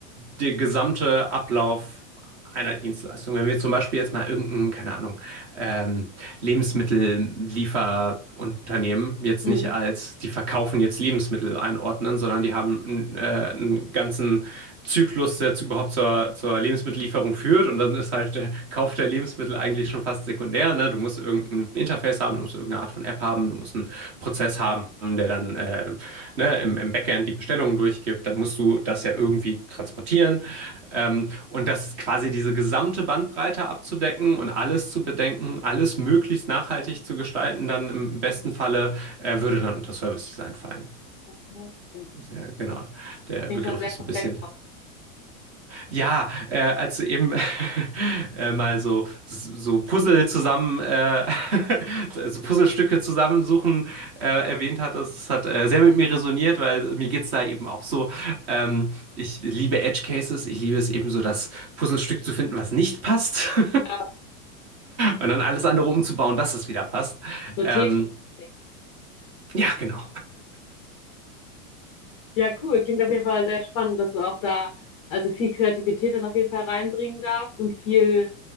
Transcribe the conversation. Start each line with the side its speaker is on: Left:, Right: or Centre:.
Right: der gesamte Ablauf einer Dienstleistung. Wenn wir zum Beispiel jetzt mal irgendeinen, keine Ahnung, ähm, Lebensmittelliefer- Unternehmen jetzt
Left: Mhm.
Right: nicht als, die verkaufen jetzt Lebensmittel einordnen, sondern die haben einen, äh, einen ganzen Zyklus, der zu, überhaupt zur, zur Lebensmittellieferung führt. Und dann ist halt der Kauf der Lebensmittel eigentlich schon fast sekundär. Ne? Du musst irgendein Interface haben, du musst irgendeine Art von App haben, du musst einen Prozess haben, der dann äh, ne, im, im, Backend die Bestellungen durchgibt, dann musst du das ja irgendwie transportieren. Ähm, und das quasi diese gesamte Bandbreite abzudecken und alles zu bedenken, alles möglichst nachhaltig zu gestalten, dann im besten Falle äh, würde dann unter Service Design fallen.
Left: Ja, Okay.
Right: Sehr, genau, der
Left: Klingt
Right: Begriff
Left: schon sehr
Right: ist
Left: komplex
Right: ein bisschen
Left: auch.
Right: ja, äh, als du eben <laughs> äh, mal so, so Puzzle zusammen, äh, <laughs> so Puzzlestücke zusammensuchen äh, erwähnt hattest, das hat äh, sehr mit mir resoniert, weil mir geht's da eben auch so. Ähm, ich liebe Edge Cases, ich liebe es eben so, das Puzzlestück zu finden, was nicht passt <laughs>
Left: Ja,
Right: und dann alles andere umzubauen, dass es wieder passt.
Left: so Tetris-mäßig.
Right: Ähm, ja, genau.
Left: Ja, cool. Klingt auf jeden Fall sehr spannend, dass du auch da also viel Kreativität dann auf jeden Fall reinbringen darfst und viel